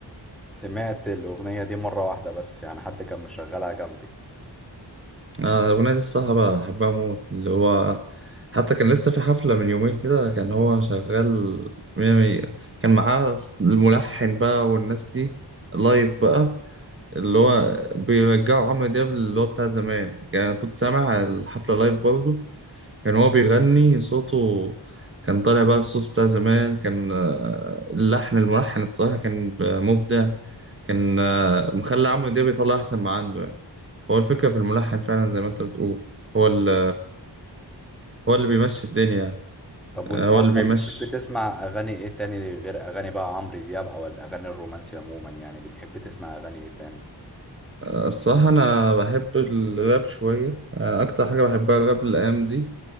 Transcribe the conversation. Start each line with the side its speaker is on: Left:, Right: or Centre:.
Centre: سمعت الاغنيه دي مره واحده بس يعني حد كان مشغلها جنبي
Right: آه، الاغنيه دي الصراحه بحبها موت اللي هو حتى كان لسه في حفله من يومين كده كان هو شغال مية مية كان معاه الملحن بقى والناس دي لايف بقى اللي هو بيرجعوا عمرو دياب اللي هو بتاع زمان يعني أنا كنت سامع الحفله لايف برضه كان هو بيغني صوته كان طالع بقى الصوت بتاع زمان كان آه، اللحن الملحن الصراحة كان ب- مبدع كان آه، مخلي عمرو دياب يطلع أحسن ما عنده يعني هو الفكرة في الملحن فعلا زي ما أنت بتقول هو اللي هو اللي بيمشي الدنيا
Centre: طب
Right: آه،
Centre: وانت
Right: هو
Centre: اصلا
Right: اللي بيمشي
Centre: بتحب تسمع اغاني ايه تاني غير اغاني بقى عمرو دياب او الاغاني الرومانسي عموما يعني بتحب تسمع اغاني ايه تاني
Right: آه، الصراحة أنا بحب الراب شوية آه، أكتر حاجة بحبها الراب الأيام دي